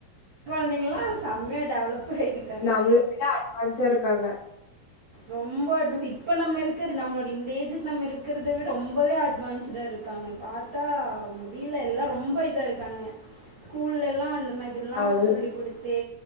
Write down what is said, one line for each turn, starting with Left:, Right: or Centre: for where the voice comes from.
Right: கொழந்தைங்கல்லா செம்மயா டெவலப் ஆயிருக்
Left: நம்மள விட அட்வான்ஸா இருக்காங்க.
Right: ரொம்ப அட்வான்ஸ் இப்ப நம்ம இருக்கிற நம்மளோட இந்த ஏஜுக் நம்ம இருக்கிறத விட ரொம்பவே அட்வான்ஸ்டா இரு காங்க பாத்தா முடில எல்லா ரொம்ப இதா இருக்காங்க ஸ்கூல்லலா இந்த மாதி எல்லா
Left: அது
Right: சொல்லி குடுத்து